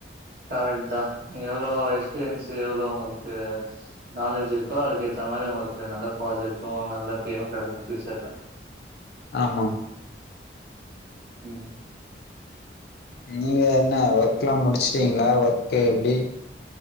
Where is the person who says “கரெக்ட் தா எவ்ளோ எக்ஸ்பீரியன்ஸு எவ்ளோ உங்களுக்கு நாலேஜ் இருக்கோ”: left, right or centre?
Right